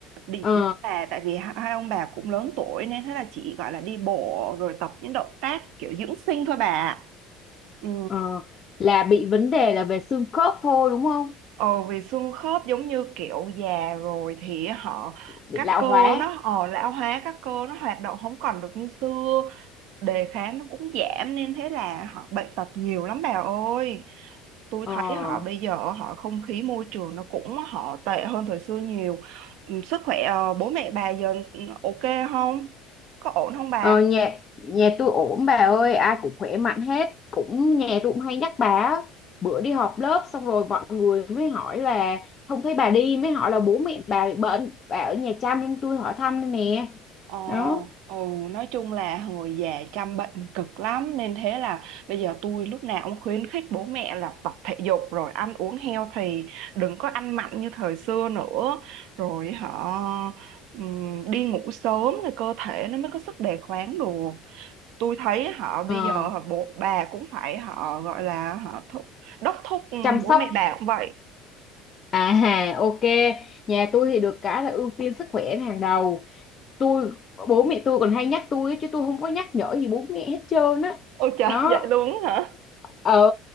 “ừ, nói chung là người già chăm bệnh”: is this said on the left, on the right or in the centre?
Right